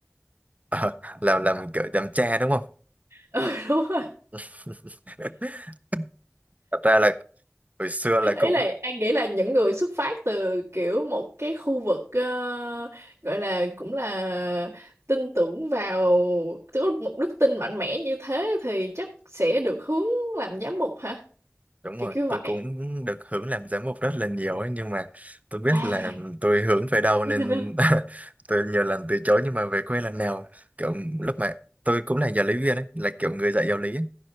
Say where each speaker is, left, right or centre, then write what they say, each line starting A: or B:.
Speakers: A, on the right (about 30°); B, on the right (about 80°).
A: ờ, làm làm kiểu làm cha đúng không?
B: <laughs> Ừ, đúng
A: <laughs> Thật ra là hồi xưa là cũng
B: ý là An nghĩ là những người xuất phát từ kiểu một cái khu vực ờ, gọi là cũng là tin tưởng vào tức là một đức tin mạnh mẽ như thế thì chắc sẽ được hướng làm giám mục hả
A: Đúng
B: kiểu
A: rồi,
B: kiểu vậy
A: tôi cũng được hưởng làm giám mục rất là nhiều ấy, nhưng mà tôi biết
B: à
A: là tôi hướng về đâu nên
B: <laughs>
A: <laughs> tôi nhiều lần từ chối nhưng mà về quê lần nào kiểu lúc mà tôi cũng là giáo lý viên ấy, là kiểu người dạy giáo lý ấy.